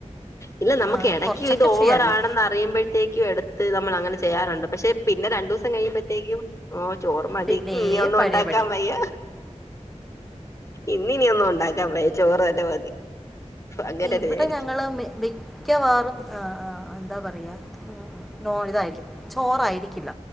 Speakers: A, on the left (about 25°); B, in the centre.
A: ഇല്ല നമുക്ക്
B: ആ,
A: എടക്ക്
B: കുറച്ചൊക്കെ
A: ഇത് ഓവറാണെന്ന്
B: ചെയ്യാമല്ലോ
A: അ റിയുമ്പഴത്തേക്കും എട്ത്ത് നമ്മൾ അങ്ങനെ ചെയ്യാറുണ്ട് പക്ഷെ പിന്നെ രണ്ടൂസം കഴിയുമ്പഴത്തേക്കും ഓഹ് ചോറ് മതി
B: പിന്നെ
A: ഇനി ഒന്നും
B: പഴയപടി
A: ഉണ്ടാക്കാൻ വയ്യ ഇന്ന് ഇനി ഒന്നും ഉണ്ടാക്കാൻ വയ്യ ചോറ് തന്നെ മതി അങ്ങനെന്നെ
B: ഇവിടെ
A: വിചാരിക്കും
B: ഞങ്ങള് മെ ബി മിക്കവാറും അ ആ എന്താ പറയാ ഉം <unintelligible> ഇതായിരിക്കും ചോറായിരിക്കില്ല